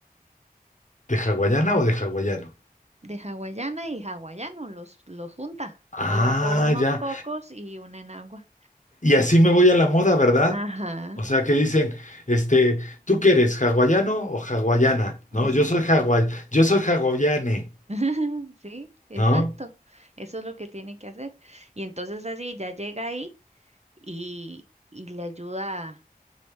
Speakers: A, on the left (about 50°); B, on the right (about 45°).
A: ¿De hawaiana o de hawaiano?
B: De hawaiana y hawaiano los, los junta.
A: Ah,
B: Y va con unos
A: ya.
B: cocos y una enagua.
A: Y así me voy a la moda, ¿verdad?
B: Ajá.
A: O sea, que dicen, este, ¿tú qué eres, hawaiano o hawaiana?
B: ujú.
A: No, yo soy hawai, yo soy hawaiane,
B: <laughs> Sí, exacto.
A: ¿no?
B: Eso es lo que tiene que hacer. Y entonces así ya llega ahí. y, y le ayuda,